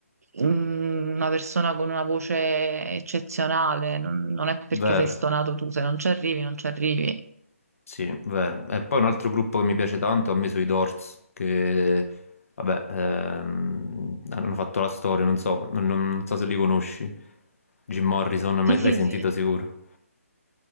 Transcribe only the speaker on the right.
mm, una persona con una voce eccezionale, non, non è perché
sei stonato tu, se non ci arrivi, non ci arrivi.
Sì,
sì,
sì.